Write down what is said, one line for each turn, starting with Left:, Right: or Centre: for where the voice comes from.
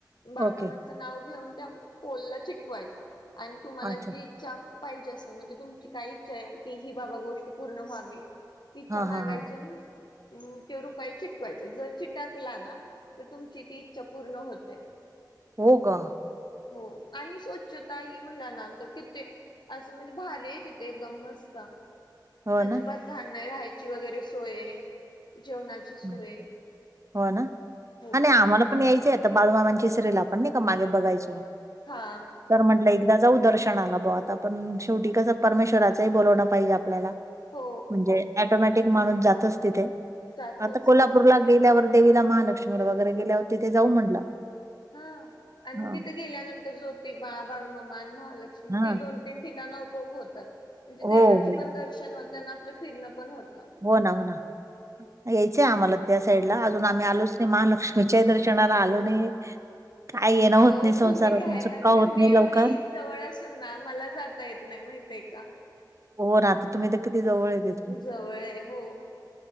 Left: बाळूमामा
Right: ओके.
Left: - च नाव घेऊन त्या पोलला चिटकवायचा. आणि तुम्हाला
Right: अच्छा.
Left: जी- च्छा पाहिजे असेल. म्हणजे तुमची काय इच्छा आहे, की ही बाबा गोष्ट पूर्ण व्हावी- इच्छा
Right: हां,
Left: मागायची.
Right: हां, हां.
Left: अं. ते रुपया चिकटवायचा. जर चिटकला ना? तर तुमची ती इच्छा पूर्ण होते.
Right: हो का?
Left: हो. आणि स्वच्छता ही म्हणला नां तर किेती- असं म्हणजे भारी आहे तिथे. एकदम मस्त.
Right: हो
Left: अजिबात
Right: ना?
Left: घाण नाही. राहायची वगैरे सोय ए. जेवणाची- सोय
Right: हं. हो ना?
Left: हो
Right: आणि आम्हाला- पण यायचं आता बाळूमामांच्या सेवेला. आपण नाही का मागे बघायचो?
Left: हा.
Right: तर म्हंटलं एकदा जाऊ दर्शनाला बुवा आता. पण शेवटी कसं परमेश्वराचंही बोलावणं पाहिजे आपल्याला.
Left: हो
Right: म्हणजे ऍटोमॅटिक माणूस जातोच तिथे.
Left: जातच
Right: आता कोल्हापूरला
Left: हो
Right: गेल्यावर, देवीला महालक्ष्मीला वगैरे गेल्यावर तिथे जाऊ म्हटलं.
Left: हा. आणि
Right: हां.
Left: तिथे गेल्यानंतर ज्योतिबा, बाळूमामा आणि महालक्ष्मी
Right: हा
Left: ते दोन- तीन ठिकाण आपोआप होतात. म्हणजे
Right: हो
Left: देवाचे
Right: हो
Left: पण दर्शन होते आणि आपलं फिरणं पण होतं.
Right: हो ना. हो ना. यायचंय आम्हाला त्या साईड ला. अजून आम्ही आलोच नाही. महालक्ष्मीच्याही दर्शनाला आलो नाहीए. काय येणं होत
Left: अहो
Right: नाही संसारातून
Left: तुम्ही काय
Right: सुटका
Left: म्हणताय
Right: होत
Left: मी
Right: नाही
Left: एवढी
Right: लवकर.
Left: जवळ असून ना मला जाता येत नाही माहतीे का.
Right: हो ना आता तुम्ही तर किती जवळ देत.
Left: जवळ हो.